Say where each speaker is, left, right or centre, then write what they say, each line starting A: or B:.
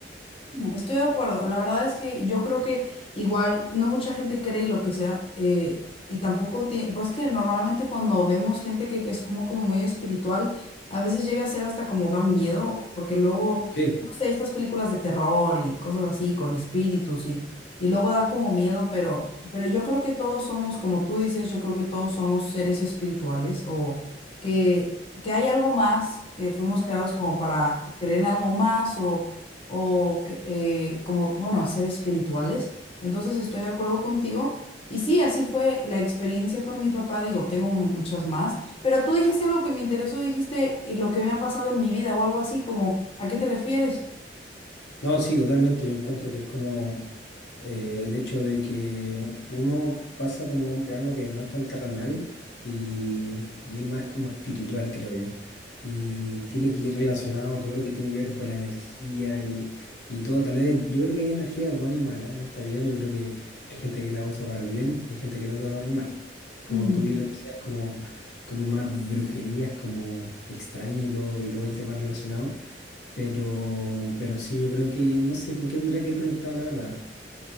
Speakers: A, on the left; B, on the left.
A: Estoy de acuerdo. La verdad es que yo creo que igual no mucha gente cree lo que sea eh, y tampoco tiene, pues que normalmente cuando vemos gente que, que es como, como muy espiritual, a veces llega a ser hasta como da miedo, porque luego,
B: Sí.
A: no sé, estas películas de terror y cosas así con espíritus y, y luego da como miedo, pero, pero yo creo que todos somos, como tú dices, yo creo que todos somos seres espirituales o que, que hay algo más, que fuimos creados como para creer en algo más o o que, eh, como, bueno, a ser espirituales. Entonces estoy de acuerdo contigo. Y sí, así fue la experiencia con mi papá. Digo, tengo muchas más, pero tú dijiste algo que me interesó, dijiste, y lo que me ha pasado en mi vida o algo así, como, ¿a qué te refieres?
B: No, sí, totalmente. Yo encuentro que es como eh, el hecho de que uno pasa como a un plano que no es tan terrenal y, y es más como espiritual, creo yo. Y tiene que ir relacionado a todo lo que tiene que ver con la energía y, y todo. Tal vez yo creo que hay energía buena y mala en esta vida. Yo creo que hay gente que la usa para el bien y hay gente que la usa para el mal. Como
A: Mm.
B: tú bien lo decías, como, como más brujerías, como extrañas y todo, y todo el tema relacionado. Pero, pero sí, yo creo que no sé con qué tendría que ir conectado, la verdad.